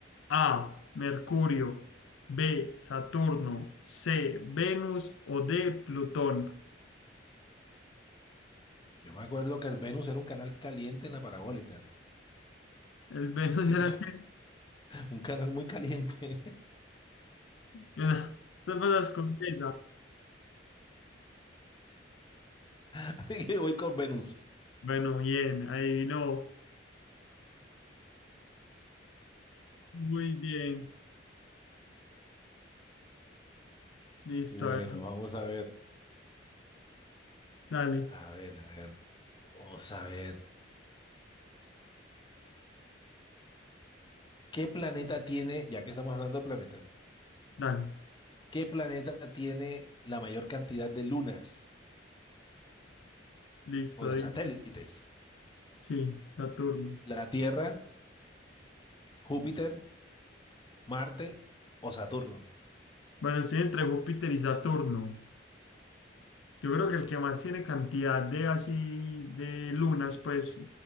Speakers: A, on the left; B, on the left.
A: A. Mercurio. B. Saturno. C. Venus. O D. Plutón.
B: Yo me acuerdo que el Venus era un canal caliente en la parabólica.
A: El Venus
B: Así que
A: era el que.
B: <laughs> un canal muy caliente.
A: era- <laughs> Te pasas con esa.
B: <laughs> Así que voy con Venus.
A: Bueno, bien, adivinó. Muy bien. Listo,
B: Bueno,
A: a ver. si,
B: vamos a ver.
A: Dale,
B: A ver, a ver, vamos a ver. ¿Qué planeta tiene, ya que estamos hablando de planetas,
A: dale.
B: qué planeta tiene la mayor cantidad de lunas
A: Listo,
B: o de
A: dilo.
B: satélites?
A: Sí, Saturno.
B: ¿La Tierra, Júpiter, Marte o Saturno?
A: Bueno, estoy entre Júpiter y Saturno. Yo creo que el que más tiene cantidad de así de lunas, pues